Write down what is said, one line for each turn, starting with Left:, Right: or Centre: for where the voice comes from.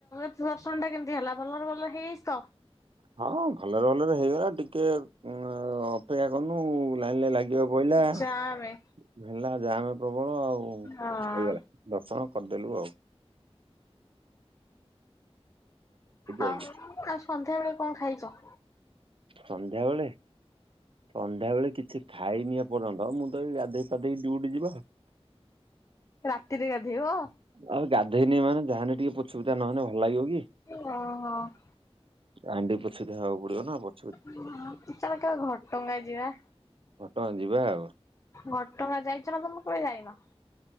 Left: ଦର୍ଶନଟା କେମତି ହେଲା ଭଲରେ ଭଲ ହେଇଯାଇଚି ତ?
Right: ହଁ ଭଲ ରେ ଭଲରେ ହେଇଗଲା ଟିକେ ଅପେକ୍ଷା କନୁ । ଲାଇନରେ ଲାଗିବା କୁ ପଇଲା ହେଲା
Left: ଜାମେ
Right: । ଜାମେ ପ୍ର ବଳ ଆଉ
Left: ହଁ
Right: ହେଇଗଲା ଦର୍ଶନ କରିଦେଲୁ ଆଉ ।
Left: ଆଉ
Right: ଆଇଲୁ
Left: ଆଉ ସନ୍ଧ୍ୟାବେେଳେ କଣ ଖାଇଚ?
Right: ସନ୍ଧ୍ୟାବେଳେ ସନ୍ଧ୍ୟାବେଳେ କିଛି ଖାଇନି ଏପର୍ଯ୍ୟନ୍ତ ମୁଁ ତ ଏଇ ଗାଧେଇ ପାଧେଇ ଡ୍ୟୁଟି ଯିବା ।
Left: ରାତିରେ ଗାଧେଇବ?
Right: ହଉ <unintelligible> ଧେଇନି ମାନେ ଜା ହେନେ ଟିକେ ପୋଛି ପୁଛା ନହେନେ ଭଲ ଲାଗିବ କି?
Left: ଓହୋ ।
Right: ଜାହେନେ ଟିକେ ପୋଛିତେ ଦେହାବାକୁ ପଡିବ ନା ।
Left: ହଁ ଚାଲ କେବେ ଘଟଗାଁ ଯିବା?
Right: ତ ଯିବା ଆଉ ।
Left: ଘଟଗାଁ ଯାଇଚ ନା ତମେ କେବେ ଯାଇନ?